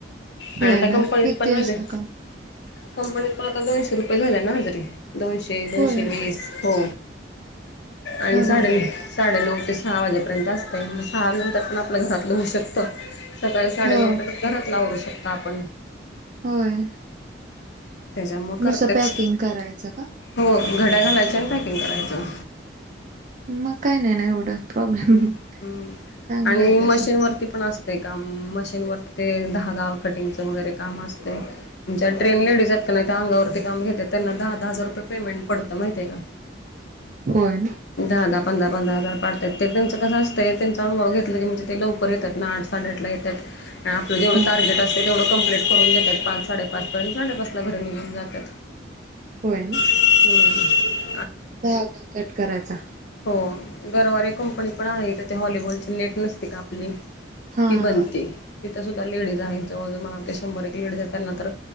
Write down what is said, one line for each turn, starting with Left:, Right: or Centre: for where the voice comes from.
Left: आणि
Right: होय
Left: आता
Right: ना
Left: कंपनीत
Right: किती
Left: पण
Right: असतं
Left: हते
Right: काम?
Left: कंपनीत पण आता दोनशे रुपये झाले ना हजरी दोनशे दोनशे
Right: होय
Left: वीस. हो आणि
Right: अगं
Left: झाड
Right: बाई
Left: नाही. साडेनऊ ते सहा वाजेपर्यंत असतें म सहा नंतर पण आपल्या घरातलं होऊ शकतं. सकाळी साडे
Right: हो
Left: नऊ ते घरातल आवरू शकतो आपण.
Right: होय.
Left: त्याच्यामुळे करतेत
Right: नुसतं पॅकिंग करायचं का?
Left: हो घड्या घालायच्या आणि पॅकिंग करायचं.
Right: मग काय ना एवढं. प्रॉब्लेम
Left: ह ह्
Right: चांगलं
Left: आणि
Right: आहे तसं
Left: मशीन वरती पण असत. ते काम मशीनवरती ते धागा कटिंगचं वगैरे काम असतेय. ज्या ट्रेन लेडीज आहेत का नाही त्या अंगावरती काम घेतात त्यांना दहा दहा हजार रुपये पेमेंट पडतं माहिती का.
Right: होय.
Left: दहा दहा पंधरा पंधरा हजार पाडतात ते त्यांच कसं असतं त्यांचा अनुभव घेतलं की म्हणजे ते लवकर येतात ना आठ सोडआठला येतात आपलं जेवढं
Right: हां
Left: टार्गेट अस तेवढं कंप्लीट करून देतात पाच साडेपाच पर्यंत साडेपाच ला घरी निघून जातात.
Right: होय ना.
Left: <unintelligible> होम्.
Right: धागा कट करायचा.
Left: हो गरवारे कंपनी पण आहे त्या ते ह्हॉलीबॉलची लेट नसते का आपली.
Right: हा
Left: ती
Right: हा
Left: बनते
Right: हा
Left: तिथं सुद्धा लेडीज आहेत जवळ जवळ मलाते शंभर एक लेडीज असेल ना तर